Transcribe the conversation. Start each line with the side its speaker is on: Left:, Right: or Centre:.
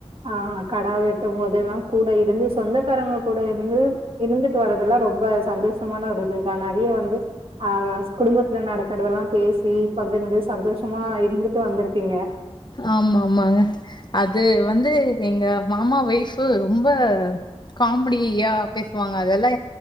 Right: ஆ கடா வெட்டு போது இதெல்லா கூட இருந்து சொந்தக்காரங்க கூட இருந்து இருந்துட்டு வரறதெல்லா ரொம்ப சந்தோஷமான ஒரு இ தா நெறைய வந்து ஆ குடும்பத்துல நடக்கறதெல்லா பேசி பகிர்ந்து சந்தோஷ கமா இருந்துட்டு வந்திருப்பீங்க
Left: ஆமா ஆமாங்க அது வந்து எங்க மாமா ஓய்ஃபு ரொம்ப காமிடியா பேசுவாங்க அதெல்லா